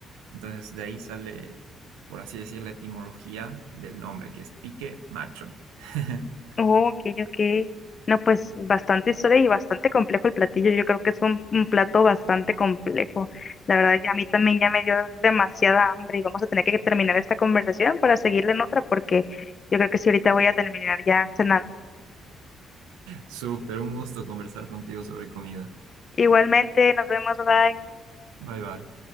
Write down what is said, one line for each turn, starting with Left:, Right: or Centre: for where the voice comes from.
Right: Entonces de ahí sale, por así decir, la etimología del nombre, que es pique macho. <laughs>
Left: Oh, ok, ok. No, pues bastante historia y bastante complejo el platillo. Yo creo que es un, un plato bastante complejo. La verdad que a mí también ya me dio demasiada hambre y vamos a tener que terminar esta conversación para seguirla en otra porque yo creo que sí ahorita voy a terminar ya cenando.
Right: Súper, un gusto conversar contigo sobre comida.
Left: Igualmente, nos vemos, bye.
Right: Bye bye.